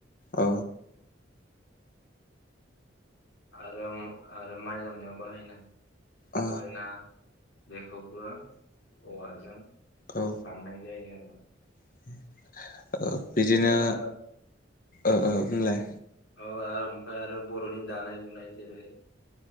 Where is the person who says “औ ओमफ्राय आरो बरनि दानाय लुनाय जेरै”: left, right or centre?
Left